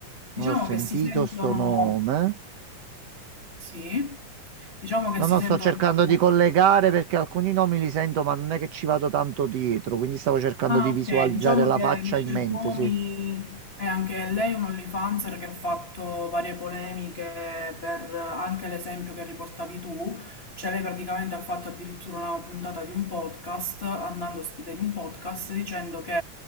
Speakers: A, on the left; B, on the right.
A: Diciamo
B: Non ho sentito
A: che si sentono,
B: sto nome.
A: sì, diciamo che
B: No,
A: si
B: no,
A: sentono
B: sto cercando
A: un po'
B: di collegare perché alcuni nomi li sento, ma non è che ci vado tanto dietro, quindi stavo cercando
A: Ah,
B: di visualizzare
A: ok, diciamo
B: la
A: che
B: faccia
A: Michelle
B: in mente,
A: Comi
B: sì.
A: è anche lei un OnlyFanser che ha fatto varie polemiche per eh, anche l'esempio che riportavi tu, cioè lei praticamente ha fatto addirittura una puntata di un podcast, andando ospite in un podcast, dicendo che